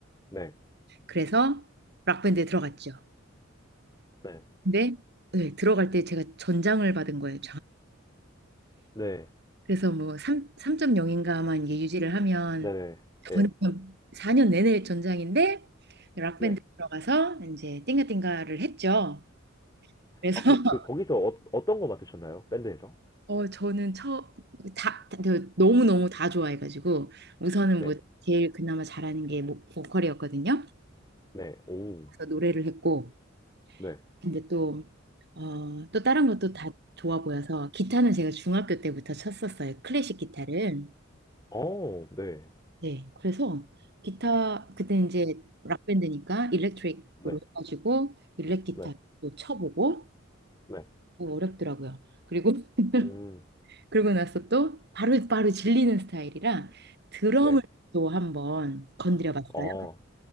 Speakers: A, on the left; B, on the right.
A: 네.
B: 그래서 락밴드에 들어갔죠.
A: 네.
B: 근데, 네, 들어갈 때 제가 전장을 받은 거예요.
A: 네.
B: 그래서 뭐 3, 점0인가만 이게 유지를 하면
A: 네. 네.
B: 전
A: 네.
B: 4년 내내 전장인데 락밴드
A: 네.
B: 들어가서 이제 띵가띵가를 했죠. 그래서
A: 아, 혹시
B: <laughs>
A: 그 거기서 어, 어떤 거 맡으셨나요? 밴드에서?
B: 어 저는 처다 너무 너무 다 좋아해가지고 우선은
A: 네.
B: 뭐 제일 그나마 잘하는 게 뭐, 보컬이었거든요.
A: 네. 오.
B: 그래서 노래를 했고
A: 네.
B: 근데 또 어, 또 다른 것도 다 좋아 보여서 기타는 제가 중학교 때부터 쳤었어요. 클래식 기타를.
A: 어. 네.
B: 네, 그래서 기타 그때 이제 락밴드니까 일렉트릭으로
A: 네.
B: 해가지고 일렉 기타도
A: 네.
B: 쳐보고
A: 네.
B: 어, 어렵더라고요. 그리고 <laughs>
A: 음.
B: 그러고 나서 또 바로바로 질리는 스타일이라 드럼을
A: 네.
B: 또 한번 건드려 봤어요.
A: 어.